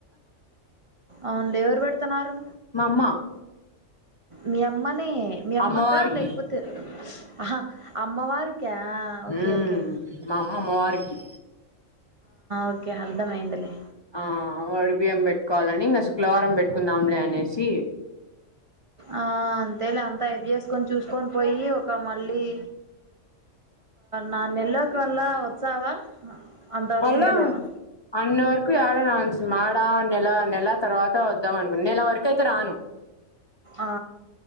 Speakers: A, on the right; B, on the left.
A: అవును లేవు తనారు
B: మా అమ్మ
A: మీయమ్మ అన్ని మీ అమ్మక
B: అమ్మవారికి
A: లేకపోతే ఆహా అమ్మవార్ కే అ ఓకే
B: ఉమ్
A: ఓకే
B: మా అమ్మ అమ్మవారికి
A: ఓకే అ అర్థమైందలేే
B: ఆ ఒడిబియ్యం పెట్టుకోవాలని ఇంగ శుక్రవారం పెట్టుకుందాంలే అనేసి
A: ఆ అంతేలే అంత అయిపు తీసుకొని చూసుకొని పోయి ఒక ళ్ళి నా నెల్ల కల్లా వచ్చావా అంతవరకు
B: అళ్లా
A: ఉండలేవా
B: అన్న వరకు ఎయాడా <unintelligible> మ్మ <inaudible> నెల నెల తర్వాత వద్దాంనుకు నెల వరకు అయితే రాను,
A: ఆ